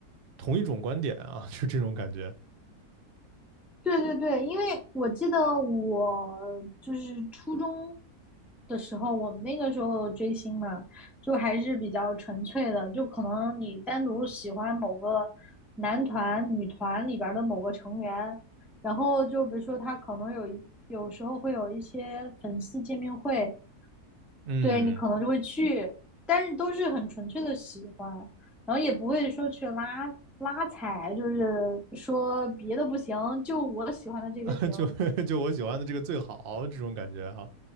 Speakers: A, on the right; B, in the centre.
A: 同一种观点啊，<laughs> 就这种感觉。
B: 对对对，因为我记得我就是初中的时候，我们那个时候追星嘛，就还是比较纯粹的，就可能你单独喜欢某个男团、女团里边的某个成员，然后就比如说他可能有一有时候会有一些粉丝见面会，
A: 嗯，
B: 对你可能就会去，但是都是很纯粹的喜欢，然后也不会说去拉拉踩，就是说别的不行，就我喜欢的这个行。
A: <laughs> 就 <laughs> 就我喜欢的这个最好这种感觉哈、